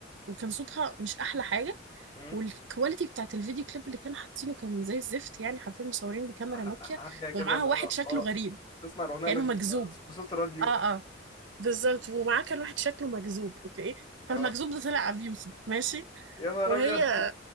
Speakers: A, on the right; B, on the left.
A: وكان صوتها مش احلى حاجه
B: مم.
A: والكواليتي بتاعت الفيديو كليب اللي كانوا حاطينه كان زي الزفت يعني حرفيا مصورين بكاميرا
B: ح-
A: نوكيا
B: حاجه كده
A: ومعاها
B: اللي
A: واحد
B: هو
A: شكله
B: اه
A: غريب
B: تسمع الاغنيه
A: كأنه
B: من
A: مجذوب
B: بصوت راديو
A: اه اه بالظبط ومعاه كان واحد شكله مجذوب اوكي فالمجذوب
B: اه
A: ده طلع ابي يوسف ماشي
B: يا نهار
A: وهي
B: ابيض